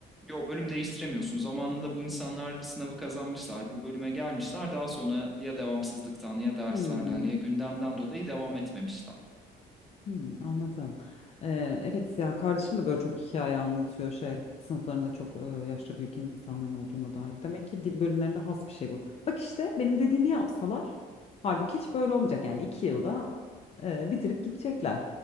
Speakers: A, in the centre; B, on the left.
A: Yo bölüm değiştiremiyorsun. Zamanında bu insanlar sınavı kazanmışlar. Bu bölüme gelmişler. Daha sonra ya devamsızlıktan ya derslerden
B: Hmm.
A: ya gündemden dolayı devam etmemişler.
B: Hmm, anladım. E, evet yani kardeşim de böyle çok hikaye anlatıyor şey. Sınıflarında çok e, yaşça büyük insanların olduğuna dair. Demek ki dil bölümlerine has bir şey bu. Bak işte benim dediğimi yapsalar. Halbuki hiç böyle olmayacak. Yani iki yılda e, bitirip gidecekler.